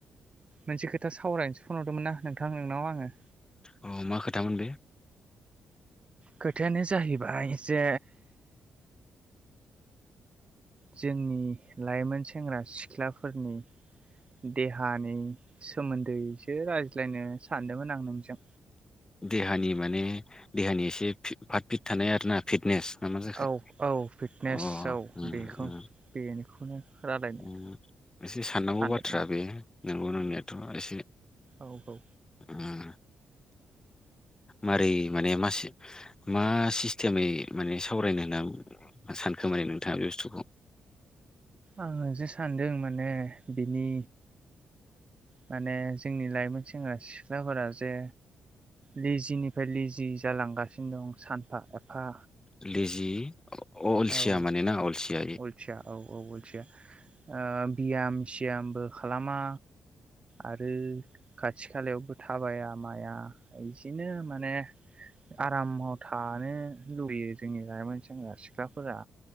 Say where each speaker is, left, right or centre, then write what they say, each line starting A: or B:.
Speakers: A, on the right (about 35°); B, on the left (about 20°).
A: मोनसे खोथा सावरायनोसो फन हरदोंमोन ना नोंथां नोंनाव आङो
B: अ मा खोथामोन बे
A: खोथायानो जाहैबाय जे जोंनि लाइमोन सेंग्रा सिख्लाफोरनि देहानि सोमोन्दैसो रायज्लायनो सानदोंमोन आं नोंजों
B: देहानि माने देहानि एसे फार्ट फिट थानाय आरोना फिटनेस ना मा जाखो
A: औ औ फिटनेस
B: अ
A: औ
B: उम
A: बेखौ
B: उम
A: बेखौनो रायलायनो
B: उम एसे साननांगौ
A: सानदोंमोन
B: बाथ्रा
A: आं
B: बे नंगौ नंनायाथ' एसे
A: औ औ
B: उम मारै माने मा मा सिस्टेमै माने सावरायनो नों सानखोमाने नोंथाङा बे बुस्थुखौ
A: आङो जे सानदों माने बिनि माने जोंनि लाइमोन सेंग्रा सिख्लाफोरा जे लेजिनिफ्राय लेजि जालांगासिनो दं सानफा एफा
B: लेजि अलसिया
A: औ
B: माने ना अलसिया
A: अलसिया औ औ अलसिया ओ बियाम सियामबो खालामा आरो खाथि खालायावबो थाबाया माया बिदिनो माने आरामाव थानो लुुबैयो जोंनि लाइमोन सेंग्रा सिख्लाफोरा